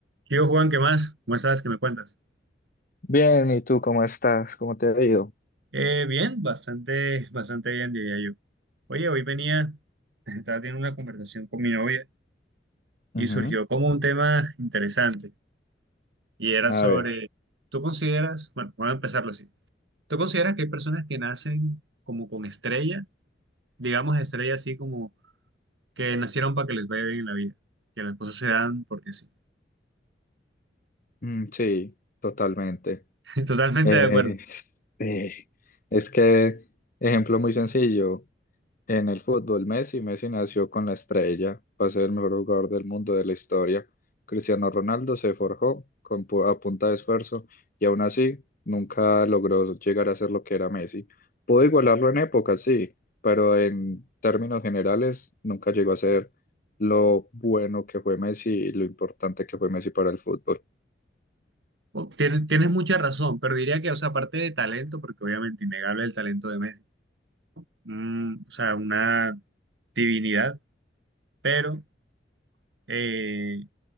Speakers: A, on the right; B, on the left.
A: ¿Qué hubo, Juan? ¿Qué más? ¿Cómo estás? ¿Qué me cuentas?
B: Bien, ¿y tú cómo estás? ¿Cómo te ha ido?
A: Eh, bien, bastante, bastante bien, diría yo. Oye, hoy venía, <laughs> estaba teniendo una conversación con mi novia
B: Ujú,
A: y surgió como un tema interesante y era
B: A
A: sobre,
B: ver,
A: ¿tú consideras, bueno, vamos a empezarlo así, ¿tú consideras que hay personas que nacen como con estrella, digamos estrella así como que nacieron para que les vaya bien en la vida, que las cosas se dan porque sí?
B: mm, sí, totalmente.
A: <laughs> Totalmente
B: Eh,
A: de acuerdo.
B: eh, es que, ejemplo muy sencillo, En el fútbol, Messi, Messi nació con la estrella para ser el mejor jugador del mundo de la historia. Cristiano Ronaldo se forjó con pu- a punta de esfuerzo y aún así nunca logró llegar a ser lo que era Messi. Pudo igualarlo en épocas, sí, pero en términos generales nunca llegó a ser lo bueno que fue Messi y lo importante que fue Messi para el fútbol.
A: Bueno, Tienes, tienes mucha razón, pero diría que, o sea, aparte de talento, porque obviamente innegable el talento de Messi. mm, o sea, una divinidad, pero eh,